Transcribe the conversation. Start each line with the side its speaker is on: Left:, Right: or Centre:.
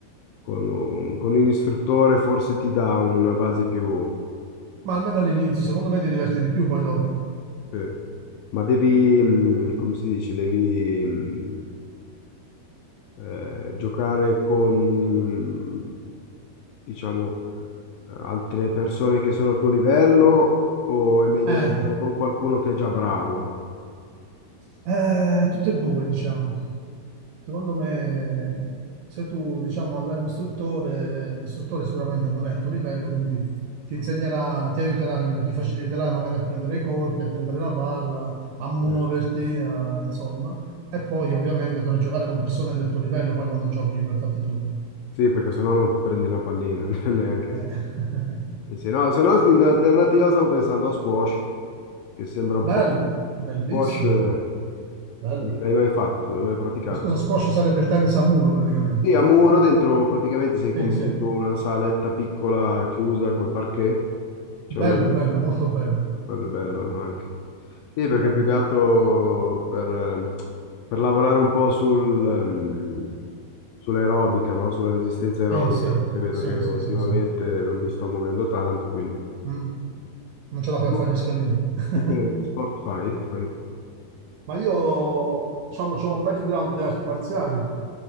Left: con un, con un istruttore forse ti dà una base più...
Right: Ma almeno all'inizio, secondo me ti diverti di più poi dopo.
Left: eh. Ma devi, mm, come si dice, devi mm, eh, giocare con, mm, diciamo altre persone che sono al tuo livello o è meglio
Right: Eh,
Left: giocare con qualcuno che è già bravo?
Right: eh, tutte e due, diciamo. Secondo me, se tu, diciamo, avrai un istruttore, l'istruttore sicuramente non è al tuo livello, quindi ti insegnerà, ti aiuterà, capito? Ti faciliterà magari a prendere i colpi, a prendere la palla, a muoverti,
Left: Eh,
Right: a- insomma. E poi ovviamente dovrai giocare con persone del tuo livello, poi quando giochi per fatti tuoi.
Left: sì, perché sennò non prendi la pallina <laughs> neanche.
Right: Eh. <laughs>
Left: E se no, se no, in alternativa stavo pensando a squash, che sembra un
Right: Bello,
Left: po' più...
Right: bellissimo,
Left: Squash, eh,
Right: bello.
Left: l'hai mai fatto? L'hai mai praticato?
Right: La scusa, squash sarebbe il tennis a muro praticamente.
Left: Sì, a muro, dentro, praticamente sei come
Right: Sì, sì.
Left: dentro una saletta piccola chiusa col parquet, c'è
Right: Bello,
Left: una,
Right: bello, molto bello.
Left: Quello è bello anche. Sì, perché
Right: Bello.
Left: più che altro per, ehm, per lavorare un po' sul, ehm, sull'aerobica, no? Sulla resistenza aerobica,
Right: Sì, sì,
Left: perché vedo
Right: sì,
Left: che ultimamente
Right: sì, sì, sì.
Left: non mi sto muovendo tanto, quindi...
Right: Mm. Non ce la fai
Left: E tu,
Right: a fare gli scalini. <laughs>
Left: tu che, che sport fai? Fai-
Right: Ma io, diciamo, ho un background di arti marziali, l'ho